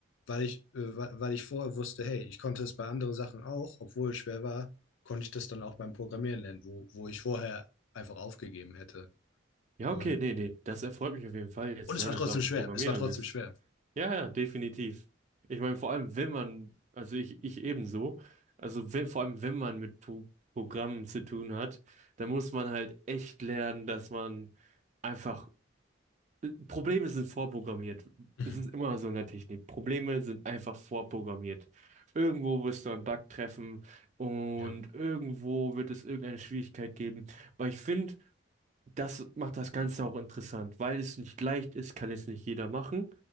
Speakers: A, on the left (about 75°); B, on the right (about 35°).
A: weil ich, äh, weil weil ich vorher wusste, hey, ich konnte es bei anderen Sachen auch, obwohl es schwer war, konnte ich das dann auch beim Programmieren lernen, wo, wo ich vorher einfach aufgegeben hätte.
B: Ja,
A: Und,
B: okay, nee, nee. Das erfreut mich auf jeden Fall, jetzt
A: und
B: zu
A: es
B: hören,
A: war
B: dass
A: trotzdem
B: du auch
A: schwer.
B: ein Programmierer
A: Es war trotzdem
B: bist.
A: schwer.
B: Ja, ja, definitiv. Ich meine, vor allem, wenn man, also ich, ich ebenso, also wenn, vor allem, wenn man mit Pro Programmen zu tun hat, dann muss man halt echt lernen, dass man einfach, äh, Probleme sind vorprogrammiert.
A: Mhm.
B: Es ist immer so in der Technik. Probleme sind einfach vorprogrammiert. Irgendwo wirst du einen Bug treffen und
A: Ja.
B: irgendwo wird es irgendeine Schwierigkeit geben. Aber ich finde, das macht das Ganze auch interessant. Weil es nicht leicht ist, kann es nicht jeder machen.